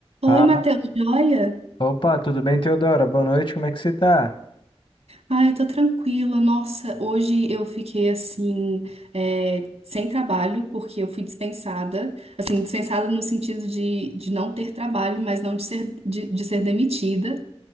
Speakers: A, on the left; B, on the right.
A: Ah,
B: Oi, Matheus, joia?
A: opa, tudo bem, Teodora? Boa noite, como é que você tá?
B: Ah, eu tô tranquila. Nossa, hoje eu fiquei assim, é, sem trabalho, porque eu fui dispensada. Assim, dispensada no sentido de, de não ter trabalho, mas não de ser, de, de ser demitida.